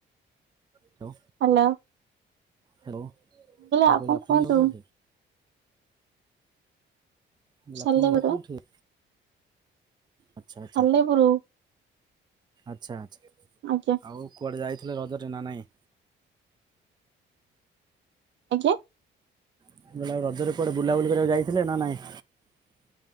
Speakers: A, on the right; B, on the right.
A: ହ୍ୟାଲୋ
B: ହ୍ୟାଲୋ
A: ହ୍ୟାଲୋ, ମୁଁ
B: ଆଉ
A: କହିଲି
B: କଣ
A: ଆପଣଙ୍କ
B: କୁହନ୍ତୁ
A: କୋଉଠି? ମୁଁ କହିଲି
B: ସାଲେପୁର
A: ଆପଣଙ୍କ ଘର କୋଉଠି? ଆଚ୍ଛା ଆଚ୍ଛା,
B: ସାଲେପୁର
A: ଆଚ୍ଛା ଆଚ୍ଛା
B: ଆଜ୍ଞା
A: ଆଉ କୁଆଡ଼େ ଯାଇଥିଲେ ରଜରେ ନା ନାହିଁ?
B: ଆଜ୍ଞା
A: ମୁଁ କହିଲି ଆଉ ରଜରେ କୁଆଡେ ବୁଲାବୁଲି କରିବାକୁ ଯାଇଥିଲେ ନା ନାଇଁ?